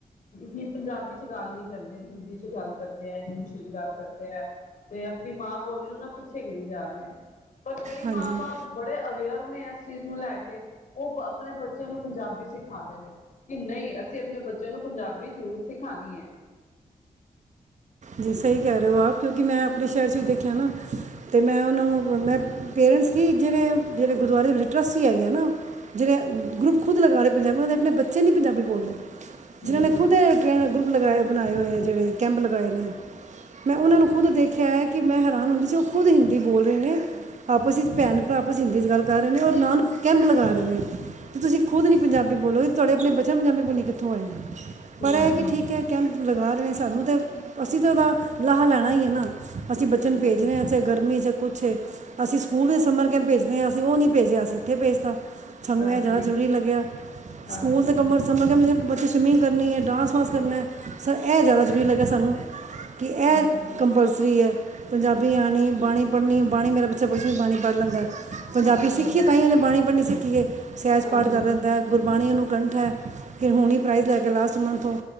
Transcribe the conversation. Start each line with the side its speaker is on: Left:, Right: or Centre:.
Left: ਹੀ ਪੰਜਾਬੀ ਚ ਗੱਲ ਨਹੀਂ ਕਰਦੇ ਹਿੰਦੀ ਚ ਗੱਲ ਕਰਦੇ ਹੈ ਇੰਗਲਿਸ਼ ਚ ਗੱਲ ਕਰਦੇ ਹੈ ਤੇ ਆਪਣੀ ਮਾਂ ਬੋਲੀ ਨੂੰ ਨਾ ਪਿੱਛੇ ਕਰੀ ਜਾ ਰਹੇ ਹੈ ਪਰ ਕਈ
Right: ਹਾਂਜੀ
Left: ਮਾਂ ਬਾਪ ਬੜੇ ਅਵੇਅਰ ਨੇ ਇਸ ਚੀਜ਼ ਨੂੰ ਲੈ ਕੇ ਉਹ ਆਪਣੇ ਬੱਚਿਆਂ ਨੂੰ ਪੰਜਾਬੀ ਸਿਖਾ ਰਹੇ ਨੇ ਕਿ ਨਹੀਂ ਅਸੀਂ ਆਪਣੇ ਬੱਚਿਆਂ ਨੂੰ ਪੰਜਾਬੀ ਜ਼ਰੂਰ ਸਿਖਾਣੀ ਹੈ
Right: ਜੀ ਸਹੀ ਕਹਿ ਰਹੇ ਹੋ ਆਪ ਕਿਉਂਕਿ ਮੈਂ ਆਪਣੇ ਸ਼ਹਿਰ 'ਚ ਵੀ ਦੇਖਿਆ ਨਾ ਅਤੇ ਮੈਂ ਉਹਨਾਂ ਨੂੰ ਮੈਂ ਪੇਰੈਂਟਸ ਹੀ ਜਿਹੜੇ ਜਿਹੜੇ ਗੁਰਦੁਆਰੇ ਦੇ ਵਿੱਚ ਟਰੱਸਟ ਹੀ ਹੈਗੇ ਆ ਨਾ ਜਿਹੜੇ ਗਰੁੱਪ ਖੁਦ ਲਗਾ ਰਹੇ ਪੰਜਾਬੀ ਉਹ ਦੇ ਆਪਣੇ ਬੱਚੇ ਨਹੀਂ ਪੰਜਾਬੀ ਬੋਲਦੇ
Left: ਹਮ
Right: ਜਿਨ੍ਹਾਂ ਨੇ ਖੁਦ ਗਰੁੱਪ ਲਗਾਏ ਬਣਾਏ ਹੋਏ ਜਿਹੜੇ ਕੈਂਪ ਲਗਾਏ ਨੇ ਮੈਂ ਉਹਨਾਂ ਨੂੰ ਖੁਦ ਦੇਖਿਆ ਹੈ ਕਿ ਮੈਂ ਹੈਰਾਨ ਹੁੰਦੀ ਸੀ ਉਹ ਖੁਦ ਹਿੰਦੀ ਬੋਲ ਰਹੇ ਨੇ ਆਪਸ ਵਿੱਚ ਭੈਣ ਭਰਾ ਆਪਸ ਹਿੰਦੀ ' ਗੱਲ ਕਰ ਰਹੇ ਨੇ ਔਰ ਨਾਨ ਕੈਂਪ ਲਗਾ ਰਹੇ ਨੇ ਅਤੇ ਤੁਸੀਂ ਖੁਦ ਨਹੀਂ ਪੰਜਾਬੀ ਬੋਲੋ ਤੁਹਾਡੇ ਆਪਣੇ ਬੱਚਿਆਂ ਨੂੰ ਪੰਜਾਬੀ ਬੋਲਣੀ ਕਿੱਥੋਂ ਆਏ
Left: ਹਮ
Right: ਪਰ ਇਹ ਕਿ ਠੀਕ ਹੈ ਕੈਂਪ ਲਗਾ ਸਾਨੂੰ ਤਾਂ ਅਸੀਂ ਤਾਂ ਉਹਦਾ ਲਾਹਾ ਲੈਣਾ ਹੀ ਹੈ ਨਾ ਅਸੀਂ ਬੱਚੇ
Left: ਹਾਂਜੀ
Right: ਨੂੰ ਭੇਜ ਰਹੇ ਹਾਂ ਚਾਹੇ ਗਰਮੀ ਚੇ ਕੁਛ ਅਸੀਂ ਸਕੂਲ ਦੇ ਸਮਰ ਕਹਿ ਭੇਜਦੇ ਹਾਂ ਅਸੀਂ ਉਹ ਨਹੀਂੀ ਭੇਜੇ ਅਸੀ ਇੱਥੇ ਭੇਜਤਾ ਸਾਨੂੰ
Left: ਹਾਂਜੀ
Right: ਇਹ ਜ਼ਿਆਦਾ ਜ਼ਰੂਰੀ ਲੱਗਿਆ
Left: ਹਾਂਜੀ
Right: ਸਕੂਲ ਦੇ ਕੰਮ <unintelligible> ਬੱਚੇ ਸਵਿਮਿੰਗ ਕਰਨੀ ਡਾਂਸ ਵਾਂਸ ਕਰਨਾ ਸਰ ਇਹ ਜ਼ਿਆਦਾ ਜਰੂਰੀ ਲੱਗਾ ਸਾਨੂੰ ਕਿ ਇਹ
Left: ਹਾਂਜੀ,
Right: ਕੰਪਲਸਰੀ ਹੈ ਪੰਜਾਬੀ ਵੀ ਆਣੀ ਬਾਣੀ ਪੜ੍ਹਨੀ ਬਾਣੀ ਮੇਰਾ ਬੱਚਾ ਪੁੱਛਦਾ ਪਾਣੀ ਪੜ੍ਹ ਲੈਂਦਾ ਪੰਜਾਬੀ
Left: ਅੱਛਾ,
Right: ਸਿੱਖੀਏ ਤਾਂ ਹੀ ਉਹਨੇ ਬਾਣੀ ਪੜਨੀ ਸਿੱਖੀ ਏ ਸਹਿਜ
Left: ਹਾਂਜੀ,
Right: ਪਾਠ ਕਰ ਦਿੰਦਾ ਗੁਰਬਾਣੀ ਨੂੰ ਕੰਠ ਹੈ ਫਿਰ ਹੁਣੀ ਹੀ ਪ੍ਰਾਈਜ਼ ਲੈ ਕੇ ਲਾਸਟ ਮੰਥੋਂ